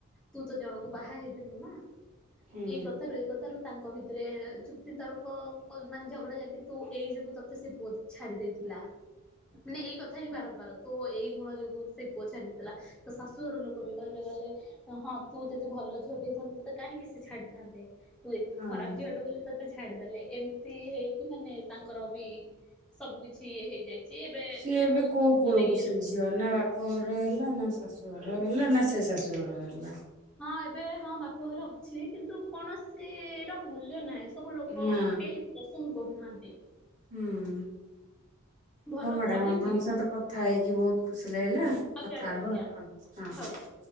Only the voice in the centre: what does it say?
ତୁ ତ ଜଣକୁ ବାହା ହେଇଥିଲୁ ନା ଏଇ
କଥାରୁ ଏଇ କଥାରୁ ତାଙ୍କ ଭିତରେ ଯୁକ୍ତି ତର୍କ ମାନେ ଝଗଡ଼ାଝାଟି ତୁ ଏଇ ଯୋଗୁଁ ତୋତେ ସେ ପୁଅ ଛାଡ଼ି ଦେଇଥିଲା
ମାନେ ଏଇ କଥା ହିଁ ବାର ବାର ତୋ ଏଇ ଗୁଣ ଯୋଗୁ ସେ ପୁଅ ଛାଡି ଦେଇଥିଲା ତ ଶାଶୁଘର ଲୋକ ବି କହିଲେ କହିଲେ ହଁ ତୁ ଯଦି ଭଲ ଝିଅଟେ ହେଇଥାନ୍ତେୁ ତତେ କାହିଁକି ସେ ଛାଡିଥାନ୍ତେ ହୁଏ ତୁ
ଖରାପ ଝିଅଟେ ବୋଲି ତତେ ଛାଡିଦେଲେ ଏମିତି ହେଇକି ମାନେ ତାଙ୍କର ବି ସବୁ କିଛି ଇଏ ହେଇଯାଇଛି ଏବେ
ସେ
ବହୁତ
ମାନେ ଇଏରେ
ହଁ ଏବେ ହଁ ବାପଘର ଅଛି କିନ୍ତୁ କୌଣସି ର ମୂଲ୍ୟ ନାହିଁ ସବୁ ଲୋକ
କେହି ପସନ୍ଦ କରୁନାହାନ୍ତି
ଭଲ
ପଢିଛି
ଆଜ୍ଞା
ଆଜ୍ଞା
ଆଜ୍ଞା
ହଉ।